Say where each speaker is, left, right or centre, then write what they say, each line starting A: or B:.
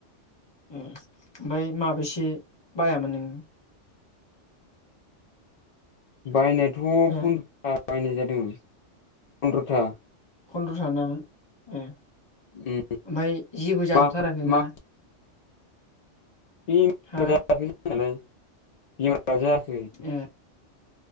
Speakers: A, on the left (about 25°); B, on the left (about 60°).
A: उम ओमफ्राय माबैसे बायामोन नोङो?
B: बायनायाथ'
A: हो
B: फन्द्रथा बायनाय जादों, फन्द्रथा।
A: फन्द्रथा दां उम
B: उम
A: ओमफाय जेबो जाथ'थाराखै
B: मा मा
A: ना?
B: बेमार
A: हा
B: जाखै जनालाय बेमार जायाखै।
A: ओम।